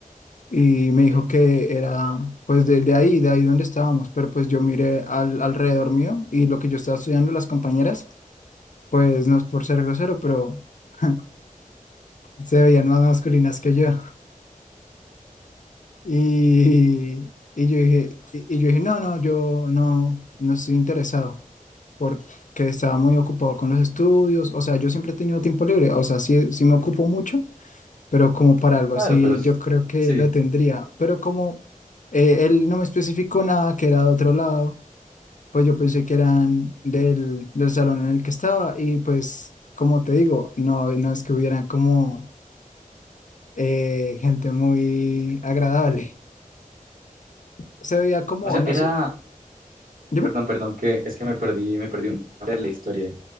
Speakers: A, on the left; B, on the right.
A: y me dijo
B: Bien.
A: que era pues de, de ahí, de ahí donde estábamos, pero pues yo miré al, alrededor mío y lo que yo estaba estudiando, las compañeras, pues no es por ser grosero, pero <laughs> se veían más masculinas que yo. Y, y yo dije, y, y yo dije, no, no, yo no, no estoy interesado porque estaba muy ocupado con los estudios, o sea, yo siempre he tenido tiempo libre, o sea, sí, sí me ocupo mucho, pero como para algo
B: Claro,
A: así,
B: pero s-
A: yo creo que
B: sí.
A: lo tendría, pero como eh, él no me especificó nada que era de otro lado, pues yo pensé que eran del, del salón en el que estaba y pues, como te digo, no, no es que hubieran como eh, gente muy agradable se veía como,
B: O sea,
A: no
B: era,
A: sé, Dime,
B: perdón, perdón, que es que me perdí, me perdí una parte de la historia.